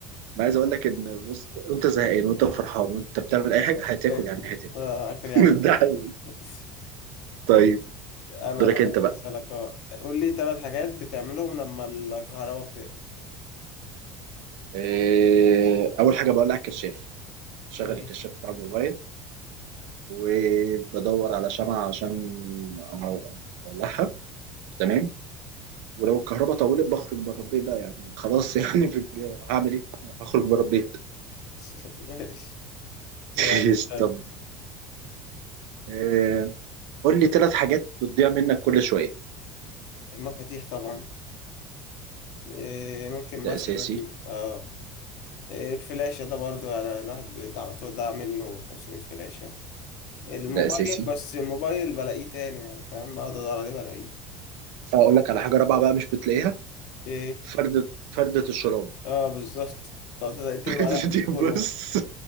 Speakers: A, on the right; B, on the left.
A: انا عايز اقول لك ان بص وانت زهقان وانت فرحان وانت بتعمل اي حاجه هتاكل
B: باكل
A: يعني هتاكل
B: آه، آكل يعني
A: <laughs> ده حقيقي
B: <laughs>
A: طيب
B: أنا
A: دورك
B: بقى
A: انت بقى
B: أسألك اه قول لي ثلاث حاجات بتعملهم لما الكهرباء بتقطع
A: إيه اول حاجه بقول لك كشاف شغل
B: ماشي
A: الكشاف بتاع الموبايل وبدور على شمعة عشان انا اولعها تمام ولو الكهرباء طولت بخرج بره البيت بقى يعني خلاص <laughs> يعني في الج- هعمل ايه هخرج بره البيت
B: <laughs> ماشي
A: <laughs>
B: يلا سأل.
A: طب إيه قول لي ثلاث حاجات بتضيع منك كل شويه
B: المفاتيح طبعا إيه، ممكن مثلا
A: ده اساسي
B: اه إيه، الفلاشة ده برضو يعني الواحد بيت- على طول ضاع منه 500 فلاشة الموبايل
A: ده اساسي
B: بس الموبايل بلاقيه تاني يعني فاهم بقعد ادور عليه بلاقيه
A: اقول لك على حاجه رابعه بقى مش بتلاقيها
B: ايه
A: فرده فرده الشراب
B: اه بالظبط طب تقدر تقلب
A: <laughs>
B: على البيت
A: دي بص
B: كله مرة